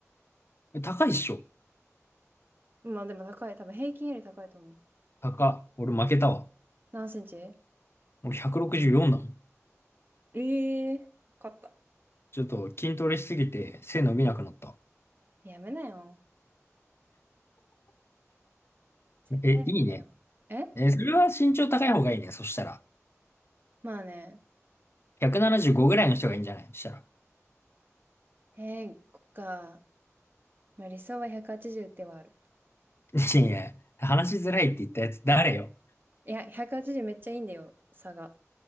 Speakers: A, on the left; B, on the right.
A: え高いっしょ。
B: まあでも高い。多分平均より高いと思う。
A: 高。俺負けたわ。
B: 何センチ
A: 俺164だもん。
B: ええー、勝った。
A: ちょっと筋トレしすぎて背伸びなくなった。
B: やめなよ。絶対やめなよ。
A: え、いいね。
B: え
A: え、それは身長高い方がいいね。そしたら。
B: まあね。
A: 175ぐらいの人がいいんじゃないそしたら。
B: えー、こっか。まあ理想は180ではある。
A: <laughs> いやい話しづらいって言ったやつ誰よ。
B: いや、180めっちゃいいんだよ、差が。